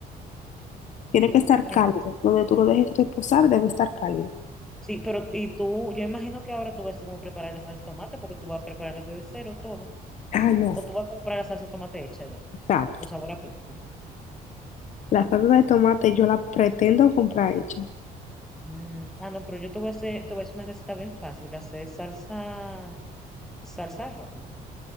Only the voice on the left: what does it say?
tiene que estar
cálido.
Donde tú lo dejes reposar debe estar cálido.
Ah, no,
exacto.
La salsa de tomate yo la pretendo comprar hecha.